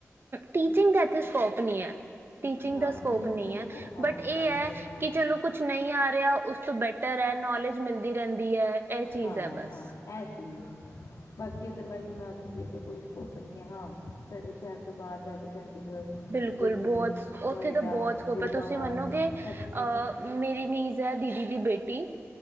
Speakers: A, on the right; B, on the left.
A: ਟੀਚਿੰਗ ਦਾ ਇੱਥੇ ਸਕੋਪ ਨਹੀਂ ਹੈ, ਟੀਚਿੰਗ
B: ਹਾਂ
A: ਦਾ ਸਕੋਪ
B: ਮੈਨੂੰ
A: ਨਹੀਂ
B: ਉੱਥੇ
A: ਹੈ।
B: ਸਕੋ ਹਾਂ
A: ਬਟ
B: ਹਾਂਜੀ
A: ਇਹ ਹੈ
B: ਹਾਂਜੀ
A: ਕਿ ਚਲੋ ਕੁਛ ਨਹੀਂ ਆ ਰਿਹਾ, ਉਸ ਤੋਂ ਬੈਟਰ ਹੈ ਨੌਲੇਜ ਮਿਲਦੀ ਰਹਿੰਦੀ ਹੈ। ਇਹ ਚੀਜ਼
B: ਹਾਂ-ਹਾਂ
A: ਹੈ ਬਸ
B: ਇਹ ਚੀਜ਼ ਹੈ ਬਾਕੀ ਅਦਰਵਾਈਜ਼ ਮੈਂ ਜੇਕਰ ਕੋਈ ਸਕੋਪ ਆਪ ਹਾਂ ਸਾਡੇ ਸ਼ਹਿਰ ਤੋਂ ਬਾਹਰ ਜਾ ਕੇ ਚੰਡੀਗੜ੍ਹ
A: ਬਿਲਕੁਲ,
B: ਦਿੱਲੀ
A: ਬਹੁਤ
B: ਨੋਇਡਾ
A: ਉੱਥੇ ਤਾਂ ਬਹੁਤ ਸਕੋਪ
B: ਗੁੜਗਾਓਂ
A: ਹੈ, ਤੁਸੀਂ ਮੰਨੋਗੋ।
B: ਇੱਥੇ
A: ਅਹ ਮੇਰੀ ਨੀਜ਼ ਹੈ ਦੀਦੀ ਦੀ ਬੇਟੀ